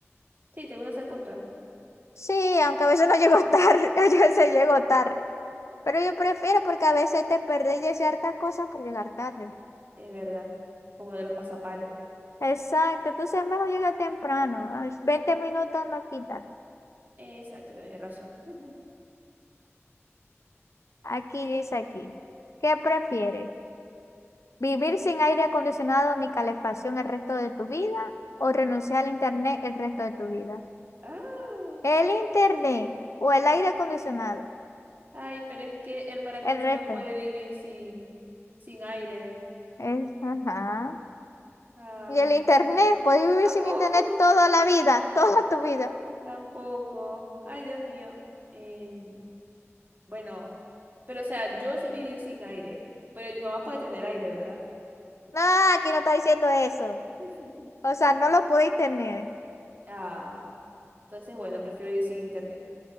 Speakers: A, on the right (about 40°); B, on the left (about 70°).
A: Sí, te gusta ser puntual.
B: Sí, aunque a veces no llego tarde, <laughs> a veces llego tarde. Pero yo prefiero porque a veces te perdés de ciertas cosas por llegar tarde.
A: Es verdad. Como de los pasapalos.
B: Exacto, entonces es mejor llegar temprano. a los minutos no quitan.
A: Exacto, tenés razón. <laughs>
B: Aquí dice aquí. ¿Qué prefieres? ¿Vivir sin aire acondicionado ni calefacción el resto de tu vida o renunciar al internet el resto de tu vida?
A: Ah,
B: ¿El internet o el aire acondicionado?
A: ay, pero es que el maracucho
B: El resto.
A: no puede vivir sin, sin aire.
B: Es, ajá.
A: Ay,
B: Y el internet, puedes vivir
A: tampoco,
B: sin internet toda la vida, <laughs> toda tu vida.
A: tampoco. Ay, Dios mío. Em, bueno, pero o sea, yo sé vivir sin aire, pero mi mamá puede tener aire, ¿verdad?
B: No, aquí no está diciendo eso.
A: <laughs>
B: O sea, no lo podéis tener.
A: Ah. Entonces, bueno, prefiero ir sin internet.